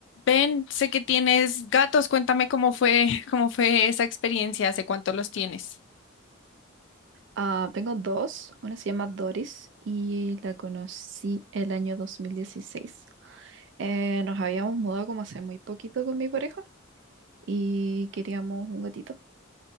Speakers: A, on the left; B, on the right.
A: Ben, sé que tienes gatos, cuéntame cómo fue, <laughs> cómo fue esa experiencia, hace cuánto los tienes.
B: Ah, tengo dos. Una se llama Doris y la conocí el año 2016. Eh, nos habíamos mudado como hace muy poquito con mi pareja y queríamos un gatito.